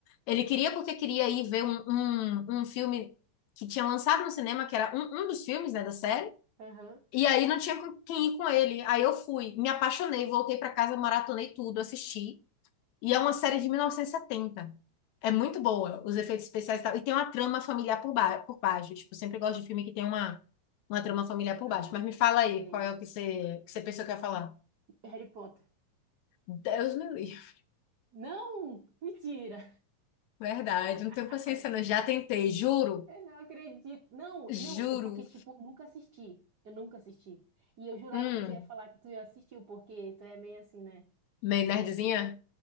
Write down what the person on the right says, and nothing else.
Aham.
Nossa,
uma história.
Sei.
Harry Potter.
Não, mentira.
<laughs>
Eu não acredito. Não,
não, é porque tipo, eu nunca assisti. Eu nunca assisti. E eu jurava
que tu ia falar que tu ia assistir, porque tu é meio assim, né?
Nerd.